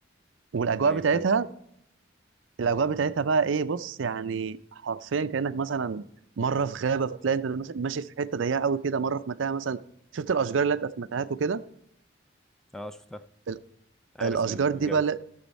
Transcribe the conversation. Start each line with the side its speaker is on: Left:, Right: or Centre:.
Right: والأجواء
Centre: ايوه
Right: بتاعتها
Centre: فهمتك
Right: الأجواء بتاعتها بقى إيه بص يعني حرفيا كأنك مثلا مرة في غابة فتلاقي أنت ماشي ماشي في حتة ضيقة قوي كده مرة في متاهة مثلا شفت الأشجار اللي بتبقى في متاهات وكده
Centre: اه شفتها
Right: ال-
Centre: عارف
Right: الأشجار
Centre: الجو
Right: دي بقى لا-